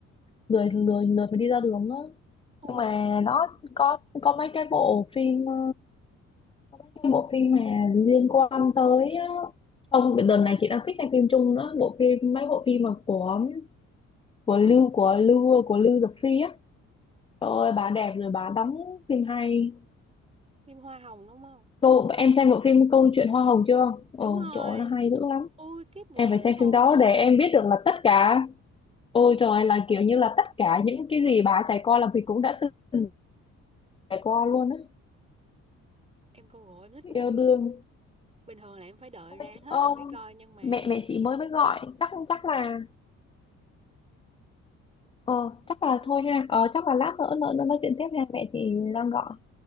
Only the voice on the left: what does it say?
lười lười lười mà đi ra đường á
nhưng mà nó có có mấy cái bộ phim ờ, có mấy cái bộ phim mà liên quan tới ờ, không đợt này chị đang thích xem phim Trung nữa bộ phim mấy bộ phim mà của của Lưu của Lưu của Lưu Dực Phi á trời
ơi bà đẹp rồi bà đóng phim hay
cô em xem bộ phim Câu chuyện Hoa Hồng chưa? Ồ,
chỗ nó hay dữ lắm.
Em
phải xem
phim đó để em biết được là tất cả, ôi trời là kiểu như là tất cả những cái gì bà trải qua là mình cũng đã từng trải qua luôn á.
Yêu
đương.
Ôi,
Ông,
mẹ mẹ chị mới mới gọi, chắc chắc là, ờ, chắc
là thôi ha, ờ, chắc là lát nữa nữa nữa nói chuyện tiếp ha, mẹ chị đang gọi.